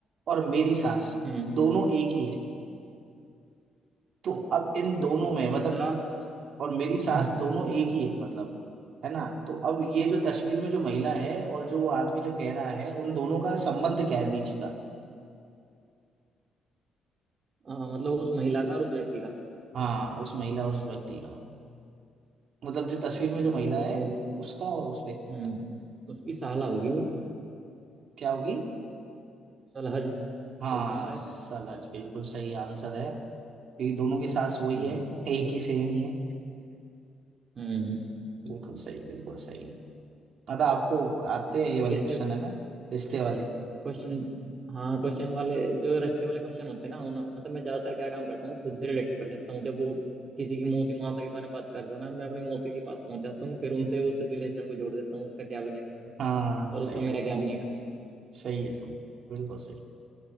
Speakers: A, on the right; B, on the right.
A: और मेरी सांस
B: हम्म
A: दोनों एक ही है तो
B: अच्छा
A: अब इन
B: मतलब
A: दोनों
B: इसकी
A: में मतलब
B: सास
A: और मेरी सांस
B: <clears throat>
A: दोनों एक ही है मतलब है ना तो अब ये जो तस्वीर में जो महिला है और जो वो आदमी जो कह रहा है उन दोनों का संबंध क्या
B: हम्म
A: है बीच का
B: आ, मतलब उस महिला का और उस व्यक्ति का
A: हाँ उस महिला और उस व्यक्ति का मतलब जो तस्वीर
B: अच्छा
A: में जो महिला
B: तो
A: है उसका और उस व्यक्ति
B: हम्म
A: का
B: उसकी साला होगी वो
A: क्या होगी
B: सलहज
A: हाँ
B: बोलते हैं शायद
A: सलज बिल्कुल सही आंसर है ये दोनों की सास वही
B: हम्म
A: है एक ही सेम ही है
B: हम्म
A: बिल्कुल सही बिल्कुल सही मतलब आपको आते हैं ये वाले
B: रिश्ते
A: क्वेश्चन है ना रिश्ते वाले
B: क्वेश्चन हाँ क्वेश्चन वाले जो रिश्ते वाले क्वेश्चन होते हैं ना उन्होंने तो मैं ज्यादातर क्या काम करता हूँ खुद से रिलेट कर लेता हूँ जब वो किसी की मौसी मासा के बारे में बात करता है ना मैं अपनी मौसी के पास पहुंच जाता हूँ फिर उनसे उस रिलेशन को जोड़ देता हूँ उसका क्या बनेगा
A: हाँ
B: और
A: सही
B: उसका मेरा
A: है
B: क्या बनेगा
A: सही है सही है, बिल्कुल सही